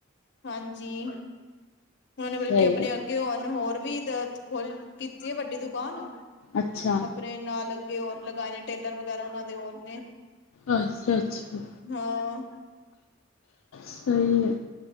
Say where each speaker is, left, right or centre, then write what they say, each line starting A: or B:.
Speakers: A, on the left (about 55°); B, on the left (about 75°).
A: ਹਾਂਜੀ। ਹੁਨ ਐਨੇ ਬਲਕਿ
B: ਸਹੀ
A: ਆਪਨੇ
B: ਹੈ
A: ਅੱਗੇ ਹੁਨ ਹੋਰ ਵੀ ਦ ਖੋਲ ਕੀਤੀ ਏ ਵੱਡੀ ਦੁਕਾਨ
B: ਅੱਛਾ
A: ਨੇ ਨਾਲ ਅੱਗੇ ਹੋਰ ਲਗਾਏ ਨੇ ਟੇਲਰ ਵਗੈਰਾ ਓਨਾਂ ਦੇ ਹੋਰ ਨੇ?
B: ਅੱਛਾ-ਅੱਛਾ,
A: ਹਾਂ
B: ਸਈ ਏ।